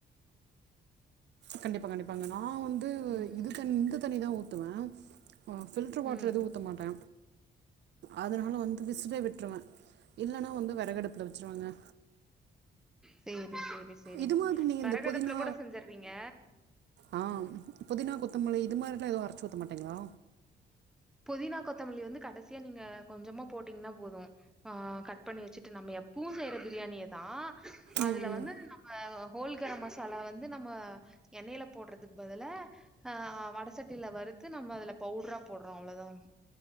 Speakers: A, on the right; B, in the centre.
A: கண்டிப்பா கண்டிப்பாங்க நா வந்து
B: ம்
A: இது தண்ணி இந்த தண்ணி தா ஊத்துவே பில்டர் வாட்டர்
B: ம்
A: எது ஊ த்த மாட்டே அதனால வந்து விசிலே விட்ருவே இல்லன்னா வந்து வெறகடுப்புல வெச்சருவங்க
B: சேரி சேரி சேரிங்க
A: இது மாதிரி நீங்கள்
B: வெறகடுப்புல
A: இந்த புதினா
B: கூட செஞ்சுற்றீங்க
A: ஆ புதினா கொத்தமல்லி இது மாரி எல்லா எது அரச்சி ஊத்த மாட்டீங்களா
B: புதினா கொத்தமல்லி வந்து கடசியா நீங்க கொஞ்சமா போட்டீங்கன்னா போது ஆ கட் பண்ணி வெச்சுட்டு நம்ம எப்பவு செய்யற பிரியாணிய தா அதுல
A: ம் ம்
B: வந்து நம் ஆ ஹோல்கரமசாலா வந்து நம்ம எண்ணெயில போட்றதுக்கு பதுல ஆ வட சட்டியில வறுத்து நம்ம அதுல பவுட்ரா போட்றோ அவ்ளோதாங்